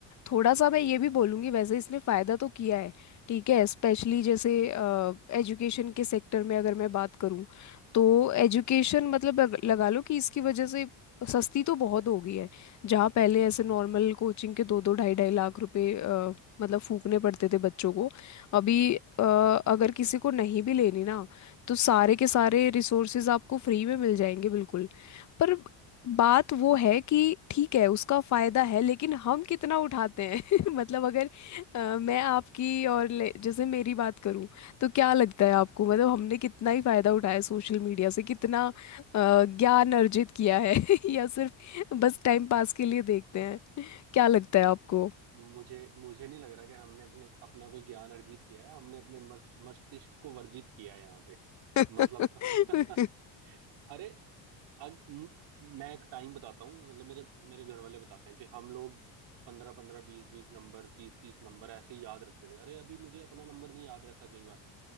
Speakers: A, on the left; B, on the right.
A: थोड़ा सा मैं ये भी बोलूँगी वैसे इसने फ़ायदा तो किया है ठीक है स्पेशली जैसे एजुकेशन के सेक्टर में अगर मैं बात करूँ तो एजुकेशन मतलब अग- लगा लो कि इसकी वजह से सस्ती तो बहुत हो गई है जहाँ पहले ऐसे नॉर्मल कोचिंग के दो दो ढाई ढाई लाख रुपए अ, मतलब फूकने पड़ते थे बच्चों को अभी अ, अगर किसी को नहीं भी लेनी ना तो सारे के सारे रिसोर्सेज आपको फ्री में मिल जाएंगे बिल्कुल पर बात वो है कि ठीक है उसका फायदा है लेकिन हम कितना उठाते हैं <laughs> मतलब अगर अ, मैं आपकी और ले- जैसे मेरी बात करूं तो क्या लगता है आपको मतलब हमने कितना ही फायदा उठाया सोशल मीडिया से कितना अ, ज्ञान अर्जित किया है <laughs> या सिर्फ बस टाइम पास के लिए देखते हैं क्या लगता है आपको
B: मुझे मुझे नहीं लग रहा कि हमने अपने अपना कोई ज्ञान अर्जित किया है हमने अपने मस- मस्तिष्क को वर्जित किया है यहाँ पे
A: <laughs>
B: मतलब <laughs> अरे अब म- मैं एक टाइम बताता हूँ मतलब मेरे मेरे घर वाले बताते हैं कि हम लोग पंद्रह पंद्रह बीस बीस नंबर तीस तीस नंबर ऐसे ही याद रखते थे अरे अभी मुझे अपना नंबर नहीं याद रहता कई बार